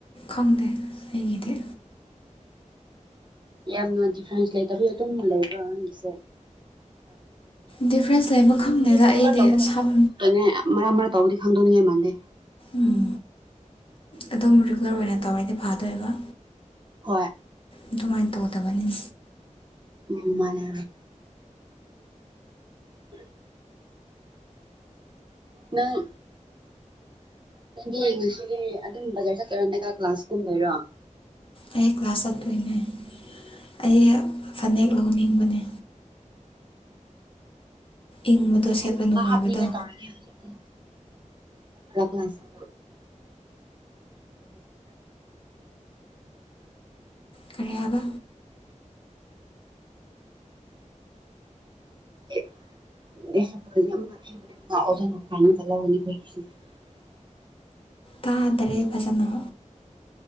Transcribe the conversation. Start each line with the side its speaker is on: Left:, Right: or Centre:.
Left: ꯈꯪꯗꯦ ꯑꯩꯒꯤꯗꯤ
Right: ꯌꯥꯝꯅ ꯗꯤꯐ꯭ꯔꯦꯟꯁ ꯂꯩꯇꯕ ꯑꯗꯨ ꯂꯩꯕ꯭ꯔꯣꯪꯒꯤꯁꯦ
Left: ꯗꯤꯐ꯭ꯔꯦꯟꯁ ꯂꯩꯕ ꯈꯪꯗꯦꯗ
Right: ꯔꯤꯒꯨꯂꯔ
Left: ꯑꯩꯗꯤ
Right: ꯇꯧꯕ ꯀꯅꯤꯒꯤ
Left: ꯁꯝ
Right: ꯈꯪꯗꯣꯛꯇꯣꯏꯅꯦ ꯃꯔꯛ ꯃꯔꯛ ꯇꯧꯗꯤ ꯈꯪꯗꯣꯏꯅꯤꯡꯉꯥꯏ ꯃꯥꯟꯗꯦ
Left: ꯎꯝ ꯑꯗꯨꯝ ꯔꯤꯒꯨꯂꯔ ꯑꯣꯏꯅ ꯇꯧꯔꯗꯤ ꯐꯥꯗꯣꯏꯕ
Right: ꯍꯣꯏ
Left: ꯑꯗꯨꯃꯥꯏꯅ ꯇꯧ ꯇꯕꯅꯤ
Right: ꯎ ꯃꯥꯅꯦ ꯎ ꯅꯪ ꯅꯪꯗꯤ ꯉꯁꯤꯗꯤ ꯑꯗꯨꯝ ꯕꯖꯥꯔ ꯆꯠꯀꯔꯣꯅꯦꯒꯥ ꯀ꯭ꯂꯥꯁꯀꯨꯝ ꯂꯩꯔꯣ
Left: ꯑꯩ ꯀ꯭ꯂꯥꯁ ꯆꯠꯇꯣꯏꯅꯦ ꯑꯩ ꯐꯅꯦꯛ ꯂꯧꯍꯅꯤꯡꯕꯅꯦ ꯏꯪꯕꯗꯣ ꯁꯦꯠꯄ
Right: ꯍꯕ
Left: ꯅꯨꯡꯉꯥꯏꯕꯗꯣ
Right: ꯍꯥꯔꯅꯤꯉ ꯇꯥꯔꯦ ꯍꯧꯖꯤꯦꯗꯤ ꯂꯅꯥ ꯊ
Left: ꯀꯔꯤꯌꯥꯕ
Right: ꯑꯦ <unintelligible>
Left: ꯇꯥꯗ꯭ꯔꯦ ꯐꯖꯅ